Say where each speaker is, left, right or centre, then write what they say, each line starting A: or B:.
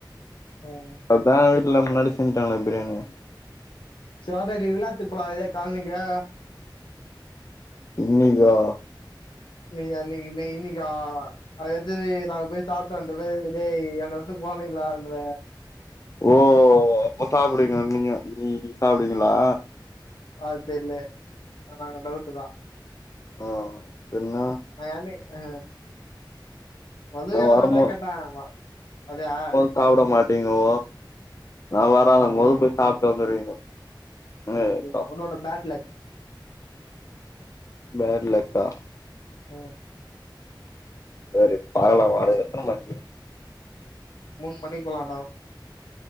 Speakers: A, on the left; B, on the left.
A: ம்
B: அதான் வீட்ல முன்னாடி செஞ்ட்டாங்ளே பிரியாணி
A: சோரலி விழாத்து போல கால்லயா
B: இன்னிக்கா
A: மே அன்னக்கி மெய்ன்னிகா அது எத்வனு நாங்க போய் சாப்ட்டோ வந்துருதோம் <unintelligible> என்ன விட்டு போனீங்களா அங்க
B: ஓ அப்ப சாப்டுவிங்க நீங்க நீ நீ சாப்டுவிங்களா
A: அது தெரில ஆ டவுட்டுதா
B: ஆ பின்ன
A: நா யார்னே ஆ மொதயே
B: நா
A: அதாண்டா
B: வரும்போ
A: கேட்ட ஆமா அதயா
B: சாப்பிட மாட்டீங்கோ நா வறாதாம்போது
A: அது
B: போய் சாப்ட்டு வந்துருவீங்கோ என்ன
A: ஒனக்கு
B: அக்கா
A: உன்னோட பேட் லக்
B: பேட் லக் தா
A: ஆ
B: சரி பாக்கலா வாறே எத்தனை மணிக்கு
A: மூணு மணிக்கு வெளாண்டோ